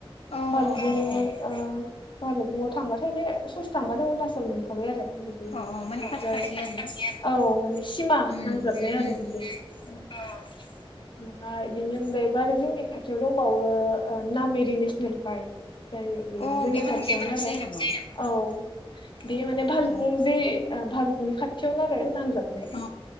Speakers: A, on the left (about 80°); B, on the left (about 55°).
A: औ
B: बालफुं
A: औ औ
B: ओ भालुबुङाव थांबाथाय बे ससे थांबानो अरुनाचल मोनखाबाय आरो बिदि
A: औ माने
B: ओमफ्राय
A: खाथि खाथि आरोना
B: औ माने सिमा
A: उम
B: नांजाबनाय आरो
A: उम
B: बिदि
A: उम
B: औ ओमफ्राय बिनि अनगायैबो आरो जोंनि खाथियाव दंबावो नामेरि नेसनेल पार्क जायो बे
A: अ
B: जोंनि
A: बेबो
B: पारटियावमोन
A: नोंसिनि खाथि
B: आरो
A: जायो नामा
B: औ
A: अ
B: बे माने
A: आतसा
B: फालफुं जे भालबुंनि खाथियावनो आरो नांजाबनाय
A: अ